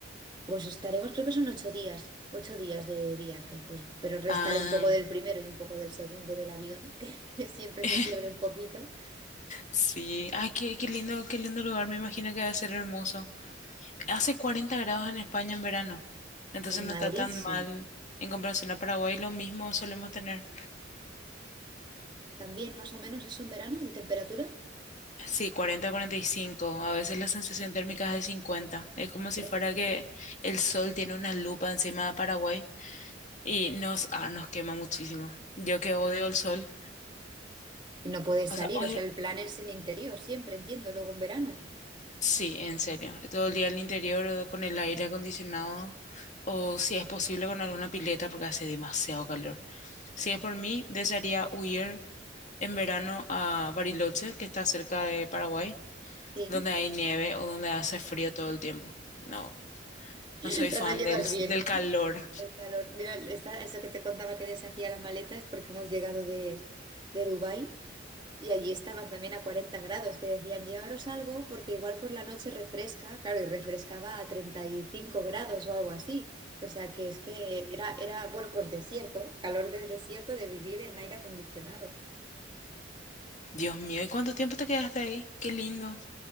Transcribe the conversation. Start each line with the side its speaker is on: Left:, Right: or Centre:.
Right: Pues estaremos, creo que son ocho días, ocho días de viaje, pues, pero réstale
Left: Ah,
Right: un poco del primero y un poco del segundo del avión, <laughs> que, que siempre
Left: <laughs>
Right: se pierde un poquito.
Left: Sí, ay, qué, qué lindo, qué lindo lugar, me imagino que va a ser hermoso. Hace 40 grados en España en verano, entonces
Right: En
Left: no
Right: Madrid
Left: está tan
Right: sí,
Left: mal en comparación a Paraguay, lo mismo solemos tener.
Right: también más o menos eso en verano de temperatura.
Left: Sí, 40, 45, a veces la sensación térmica es de 50, es como si
Right: Uf,
Left: fuera que el sol tiene una lupa encima de Paraguay y nos, ah, nos quema muchísimo. Yo que odio el sol,
Right: Y no puedes
Left: o
Right: salir,
Left: sea, odio
Right: o sea, el plan es en interior, siempre entiendo, luego en verano.
Left: Sí, en serio. Todo el día al interior o con el aire acondicionado o si es posible con alguna pileta porque hace demasiado calor. Si es por mí, desearía huir en verano a Bariloche, que está cerca de Paraguay,
Right: Sí,
Left: donde hay nieve o donde hace frío todo el tiempo. No,
Right: <laughs>
Left: no soy
Right: o sea,
Left: fan
Right: no llevas
Left: del,
Right: bien
Left: del calor.
Right: el calor. Mira, esta- esto que te contaba que deshacía las maletas porque hemos llegado de, de Dubái Y allí estaban también a 40 grados, que decían, llevaros algo porque igual por la noche refresca, claro, y refrescaba a 35 grados o algo así. O sea que es que era, era, bueno, pues desierto, calor de desierto de vivir en aire acondicionado.
Left: Dios mío, ¿y cuánto tiempo te quedaste ahí? Qué lindo.